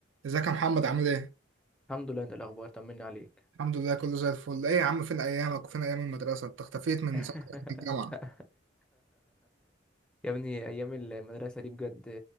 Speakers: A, on the right (about 80°); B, in the centre.
A: ازيك يا محمد عامل ايه؟
B: الحمد لله انت الاخبار طمني عليك
A: الحمد لله كله زي الفل، ايه يا عم فين ايامك وفين ايام المدرسة؟ انت اختفيت من
B: <laughs>
A: ساعة ما دخلت الجامعة،
B: يا ابني ايام المدرسه دي بجد